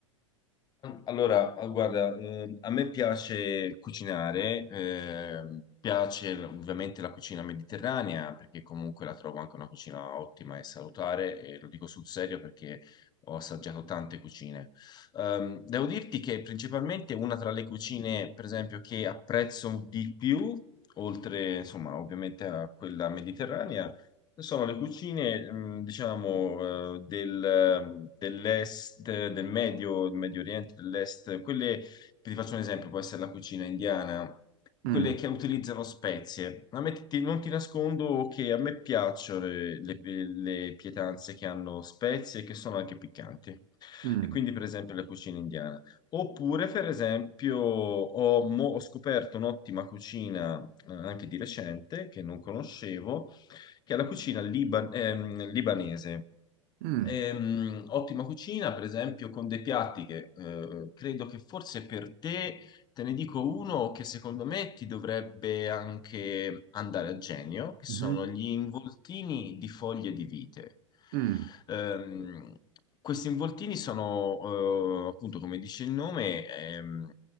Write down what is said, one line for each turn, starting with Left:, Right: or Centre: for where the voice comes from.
Left: Allora, eh, guarda, ehm, a me piace cucinare, ehm, piace l- ovviamente la cucina mediterranea perché comunque la trovo anche una cucina ottima e salutare e lo dico sul serio perché ho assaggiato tante cucine. Ehm, devo dirti che principalmente una tra le cucine, per esempio, che apprezzo di più, oltre insomma ovviamente a quella mediterranea, sono le cucine, mh, diciamo, eh, del- dell'est, del Medio, del Medio Oriente, dell'est, quelle, ti faccio un esempio, può essere la cucina indiana,
Right: Mm,
Left: quelle che utilizzano spezie. A me ti- non ti nascondo che a me piacciono le, le- le pietanze che hanno spezie e che sono anche piccanti.
Right: mm,
Left: E quindi, per esempio, la cucina indiana. Oppure, per esempio, ho, mo- ho scoperto un'ottima cucina, eh, anche di recente, che non conoscevo che è la cucina liban- ehm, libanese.
Right: mm,
Left: Ehm, ottima cucina, per esempio, con dei piatti che eh, credo che forse per te, te ne dico uno che secondo me ti dovrebbe anche andare a genio, che sono
Right: mhm,
Left: gli involtini di foglie di vite.
Right: mm,
Left: Ehm, questi involtini sono, eh, appunto, come dice il nome, ehm,